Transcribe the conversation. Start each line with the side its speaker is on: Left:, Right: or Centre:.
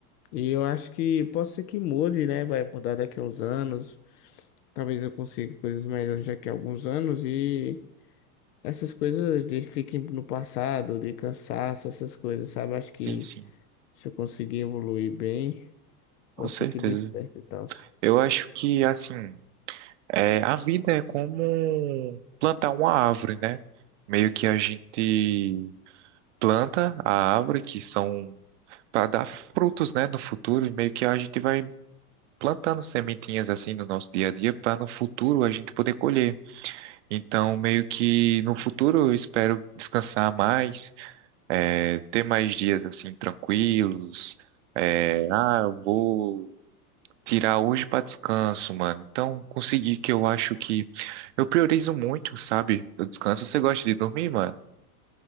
Left: E eu acho que pode ser que mude, né? Vai mudar daqui a uns anos. Talvez eu consiga coisas melhores daqui a alguns anos. E essas coisas de fiquem no passado, de cansaço, essas coisas, sabe? Acho que
Right: Sim, sim,
Left: se eu conseguir evoluir bem. Pode
Right: com certeza.
Left: ser que dê certo e tal.
Right: Eu acho que, assim, é, a vida é como plantar uma árvore, né? Meio que a gente planta a árvore, que são para dar frutos, né, no futuro, e meio que a gente vai plantando sementinhas assim no nosso dia a dia para no futuro a gente poder colher. Então, meio que no futuro eu espero descansar mais, eh, ter mais dias assim tranquilos. eh, ah, eu vou tirar hoje para descanso, mano. Então, consegui que eu acho que eu priorizo muito, sabe, o descanso. Você gosta de dormir, mano?